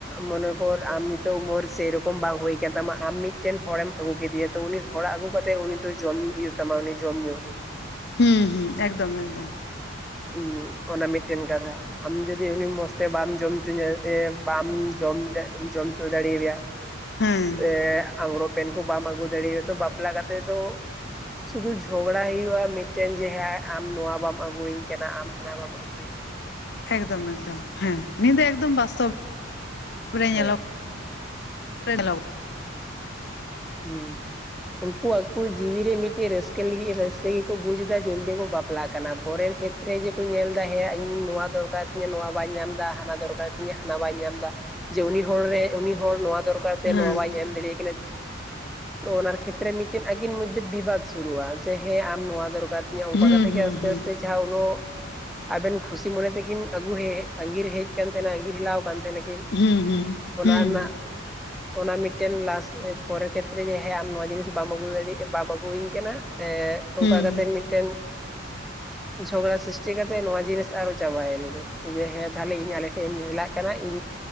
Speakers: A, in the centre; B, on the left.
A: ᱢᱚᱱᱮ ᱠᱚᱨ ᱟᱢ ᱱᱤᱛᱚᱜ ᱩᱢᱟᱹᱨ ᱥᱮᱨᱚᱠᱚᱢ ᱵᱟᱝ ᱦᱩᱭ ᱠᱟᱱ ᱛᱟᱢᱟ ᱟᱢ ᱢᱤᱫᱴᱮᱱ ᱦᱚᱲᱮᱢ ᱟᱹᱜᱩ ᱠᱮᱫᱮᱭᱟ ᱛᱚ ᱩᱱᱤ ᱚᱲᱟᱜ ᱟᱹᱜᱩ ᱠᱟᱛᱮᱜ ᱩᱱᱤ ᱫᱚ ᱡᱚᱢ <unintelligible> ᱛᱟᱢᱟ ᱩᱱᱤ ᱡᱚᱢ ᱧᱩ᱾ <inaudible>
B: ᱦᱩᱸ ᱦᱩᱸ ᱮᱠᱫᱚᱢ ᱮᱠᱫᱚᱢ᱾
A: ᱦᱩᱸ ᱚᱱᱟ ᱢᱤᱫᱴᱮᱱ ᱠᱟᱛᱷᱟ᱾ ᱟᱢ ᱡᱩᱫᱤ ᱩᱱᱤ ᱢᱚᱸᱡᱽ ᱛᱮ ᱵᱟᱢ ᱡᱚᱢ ᱦᱚᱪᱚᱧᱟ ᱵᱟᱢ ᱡᱚᱢ ᱡᱚᱢ ᱦᱚᱪᱚ ᱫᱟᱲᱮᱭᱟᱫᱮᱭᱟ
B: ᱦᱮᱸ
A: ᱥᱮᱻ ᱟᱝᱽᱜᱨᱚᱵᱽ ᱯᱮᱱ ᱠᱚ ᱵᱟᱢ ᱟᱹᱜᱩ ᱫᱟᱲᱮᱟᱫᱟ ᱵᱟᱯᱞᱟ ᱠᱟᱛᱮᱫ ᱫᱚ ᱥᱩᱫᱷᱩ ᱡᱷᱚᱜᱲᱟ ᱦᱳᱭᱳᱜ-ᱟ ᱢᱤᱫᱴᱟᱝ ᱡᱮ ᱦᱮᱸ ᱟᱢ ᱱᱚᱣᱟ ᱵᱟᱢ ᱟᱹᱜᱩᱟᱹᱧ ᱠᱟᱱᱟ ᱟᱢ ᱦᱟᱱᱟ ᱵᱟᱢ <unintelligible>
B: ᱮᱠᱫᱚᱢ ᱮᱠᱫᱚᱢ ᱦᱮᱸ ᱱᱤᱭᱟᱹ ᱫᱚ ᱮᱠᱫᱚᱢ ᱵᱟᱥᱛᱚᱵ <inaudible> ᱨᱮ
A: ᱦᱮᱸ
B: ᱧᱮᱞᱚ <inaudible>
A: <unintelligible> ᱩᱝᱠᱩ ᱟᱠᱚ ᱡᱤᱭᱤ ᱨᱮ ᱢᱤᱫᱴᱮᱡ ᱨᱟᱹᱥᱠᱟᱹ ᱞᱟᱹᱜᱤᱫ ᱨᱟᱹᱥᱠᱟᱹ ᱜᱮᱠᱚ ᱵᱩᱡ ᱮᱫᱟ <unintelligible> ᱵᱟᱯᱞᱟᱜ ᱠᱟᱱᱟ ᱯᱚᱨᱮᱨ ᱠᱷᱮᱛ ᱨᱮ ᱡᱮ ᱠᱚ ᱧᱮᱞ ᱮᱫᱟ ᱦᱮᱸᱭᱟ ᱤᱧ ᱱᱚᱣᱟ ᱫᱚᱨᱠᱟᱨ ᱛᱤᱧᱟ ᱱᱚᱣᱟ ᱵᱟᱭ ᱧᱟᱢᱫᱟ, ᱦᱟᱱᱟ ᱫᱚᱨᱠᱟᱨ ᱛᱤᱧᱟᱹ ᱦᱟᱱᱟ ᱵᱟᱭ ᱧᱟᱢᱫᱟ, ᱡᱮ ᱩᱱᱤ ᱦᱚᱲ ᱨᱮ ᱩᱱᱤ ᱦᱚᱲ ᱱᱚᱣᱟ ᱫᱚᱨ ᱠᱟᱨ ᱛᱟᱭᱟ
B: ᱦᱮᱸ
A: ᱱᱚᱣᱟ ᱵᱟᱧ ᱮᱢ ᱫᱟᱲᱮᱭᱟᱭ ᱠᱟᱱᱟ᱾ ᱚᱱᱟᱨ ᱠᱷᱮᱛᱨᱮ ᱢᱤᱫᱴᱮᱱ ᱟᱠᱤᱱ ᱢᱚᱫᱽᱫᱷᱮ ᱵᱤᱵᱟᱫ ᱥᱩᱨᱩᱜᱼᱟ ᱡᱮ ᱦᱮᱸ ᱟᱢ ᱱᱚᱣᱟ ᱫᱚᱨᱠᱟᱨ ᱛᱤᱧᱟ ᱚᱝᱠᱟ
B: ᱦᱩᱸ
A: ᱠᱟᱛᱮ
B: ᱦᱩᱸ
A: ᱜᱮ ᱟᱥᱛᱮ
B: ᱦᱩᱸ
A: ᱟᱥᱛᱮ ᱡᱟᱦᱟᱸ ᱩᱱᱟᱹᱜ, ᱟᱵᱮᱱ ᱠᱷᱩᱥᱤ ᱢᱚᱱᱮ ᱛᱮᱵᱤᱱ ᱟᱹᱜᱩ ᱦᱮᱡ ᱟᱸᱜᱤᱨ ᱦᱮᱡ ᱠᱟᱱ ᱛᱟᱦᱮᱸᱱᱟ ᱟᱸᱜᱤᱨ ᱦᱮᱞᱟᱣ ᱠᱟᱱ ᱛᱮᱦᱮᱸᱱ ᱟᱠᱤᱱ᱾
B: ᱦᱩᱸ ᱦᱩᱸ
A: ᱚᱱᱟ
B: ᱦᱩᱸ
A: ᱨᱮᱱᱟᱜ, ᱚᱱᱟ ᱢᱤᱫᱴᱮᱱ ᱞᱟᱥ ᱯᱚᱨᱮᱨ ᱠᱷᱮᱛ ᱛᱨᱮ ᱡᱮ ᱦᱮᱸ ᱟᱢ ᱱᱚᱣᱟ ᱡᱤᱱᱤᱥ ᱵᱟᱢ ᱟᱹᱜᱩ ᱫᱟᱲᱮ, ᱵᱟᱢ ᱟᱹᱜᱩᱭᱟᱹᱧ ᱠᱟᱱᱟ, ᱮᱸ
B: ᱦᱩᱸ
A: ᱚᱝᱠᱟ ᱠᱟᱛᱮᱱ ᱢᱤᱫ ᱴᱮᱱ, ᱡᱷᱚᱜᱽᱲᱟ ᱥᱨᱤᱥᱴᱤ ᱠᱟᱛᱮᱜ ᱱᱚᱣᱟ ᱡᱤᱱᱤᱥ ᱟᱨᱚ ᱪᱟᱵᱟᱭᱮᱱ ᱜᱮ᱾ ᱡᱮ ᱦᱮᱸ ᱛᱟᱦᱚᱞᱮ ᱤᱧ ᱟᱞᱮ ᱴᱮᱱ ᱦᱮᱞᱟᱜ ᱠᱟᱱᱟᱧ,